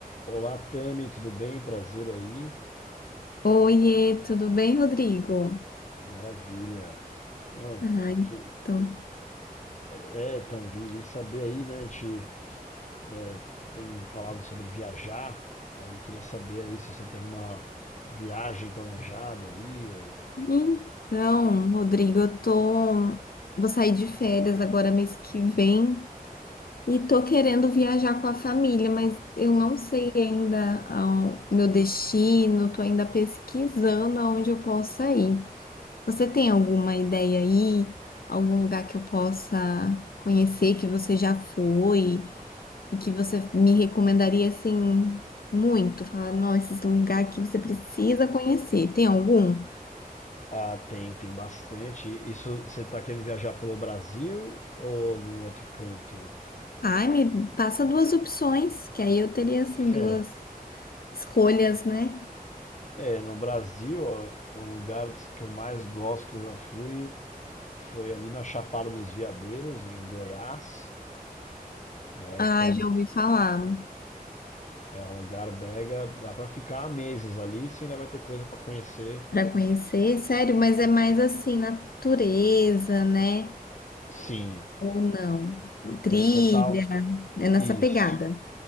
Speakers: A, on the left; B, on the left.
A: Olá, Tami, tudo bem? Prazer aí.
B: Oiê, tudo bem, Rodrigo?
A: Maravilha. Não,
B: Ah, então.
A: que- é, então, vim, vim saber aí, né? A gente é, tem falado sobre viajar, aí queria saber aí se você tem alguma viagem planejada aí, ou...
B: Então, Rodrigo, eu tô. Vou sair de férias agora mês que vem e tô querendo viajar com a família, mas eu não sei ainda ah, o meu destino, tô ainda pesquisando aonde eu possa ir. Você tem alguma ideia aí? Algum lugar que eu possa conhecer que você já foi? E que você me recomendaria assim muito? Falar, não, esse lugar aqui você precisa conhecer. Tem algum?
A: Ah, tem, tem bastante. Isso, você está querendo viajar pelo Brasil ou algum outro canto?
B: Ai, me passa duas opções, que aí eu teria assim duas
A: É,
B: escolhas, né?
A: é, no Brasil, ó, o lugar que eu mais gosto que eu já fui foi ali na Chapada dos Veadeiros, em Goiás. né?
B: Ah,
A: Então,
B: já ouvi falar
A: é um lugar mega, dá para ficar meses ali, se ainda vai ter coisa para conhecer.
B: para conhecer, sério, mas é mais assim, natureza, né?
A: Sim,
B: Ou não? Trilha,
A: é total
B: é nessa
A: isso.
B: pegada